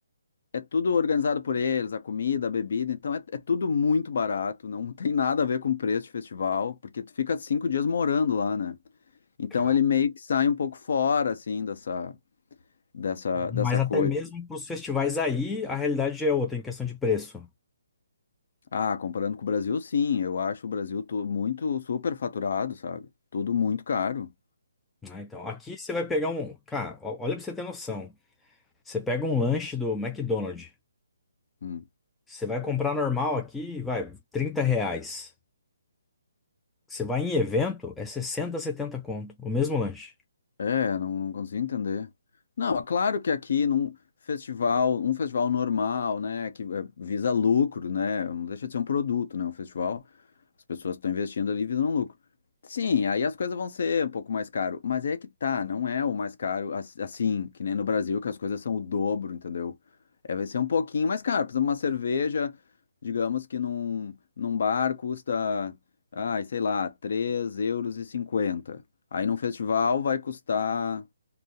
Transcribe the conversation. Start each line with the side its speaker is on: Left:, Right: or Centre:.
Left: É tudo organizado por eles, a comida, a bebida. Então, é, é tudo muito barato. Não <laughs> tem nada a ver com preço de festival, porque tu fica cinco dias morando lá, né? Então,
Centre: Cara,
Left: ele meio que sai um pouco fora, assim, dessa, dessa,
Centre: mas
Left: dessa
Centre: até
Left: coisa.
Centre: mesmo pros festivais aí, a realidade já é outra em questão de preço,
Left: Ah, comparando com o Brasil, sim. Eu acho o Brasil to- muito superfaturado, sabe? Tudo muito caro.
Centre: né? Então, aqui você vai pegar um, cara, ó- olha pra você ter noção. Você pega um lanche do McDonald's,
Left: Hum.
Centre: você vai comprar normal aqui, vai, 30 reais. Você vai em evento, é 60, 70 conto, o mesmo lanche.
Left: É, não, não consigo entender. Não, é claro que aqui num festival, um festival normal, né, que eh, visa lucro, né, não deixa de ser um produto, né, um festival. As pessoas estão investindo ali visando lucro. Sim, aí as coisas vão ser um pouco mais caro, mas é que tá, não é o mais caro as- assim, que nem no Brasil, que as coisas são o dobro, entendeu? É, vai ser um pouquinho mais caro. Por exemplo, uma cerveja, digamos que num, num bar custa, ai, sei lá, três euros. e cinquenta Aí num festival vai custar